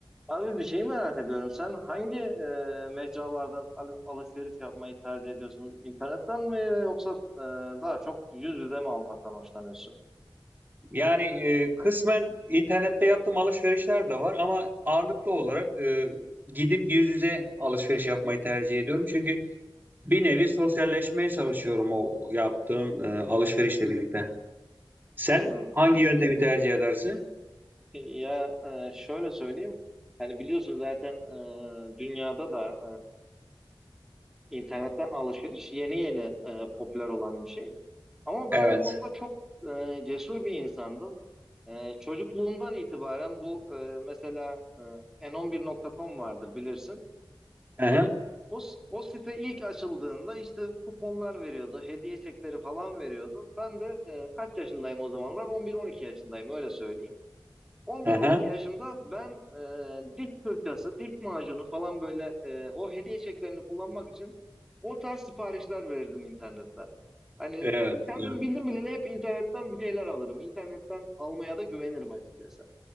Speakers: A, in the centre; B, on the right.
A: Abi bir şey merak ediyorum. Sen hangi e, mecralardan al- alışveriş yapmayı tercih ediyorsun? İnternetten mi yoksa e, daha çok yüz yüze mi almaktan hoşlanıyorsun?
B: Yani e, kısmen internette yaptığım alışverişler de var ama ağırlıklı olarak e, gidip yüz yüze alışveriş yapmayı tercih ediyorum. Çünkü bir nevi sosyalleşmeye çalışıyorum o yaptığım e, alışverişle birlikte. Sen
A: Anladım.
B: hangi yöntemi tercih edersin?
A: Ya e, şöyle söyleyeyim. Hani biliyorsun zaten e, dünyada da e, internetten alışveriş yeni yeni e, popüler olan bir şey. Ama ben
B: Evet.
A: o konuda çok e, cesur bir insandım. E, çocukluğumdan itibaren bu e, mesela e, n11.com vardır bilirsin.
B: Aha,
A: O, o site ilk açıldığında işte kuponlar veriyordu, hediye çekleri falan veriyordu. Ben de e, kaç yaşındayım o zamanlar? On bir on iki yaşındayım öyle söyleyeyim. On
B: aha.
A: bir on iki yaşımda ben e, diş fırçası, diş macunu falan böyle e, o hediye çeklerini kullanmak için o tarz siparişler verirdim internetten. Hani
B: Evet,
A: kendim
B: evet.
A: bildim bileli hep internetten bir şeyler alırım. İnternetten almaya da güvenirim açıkçası.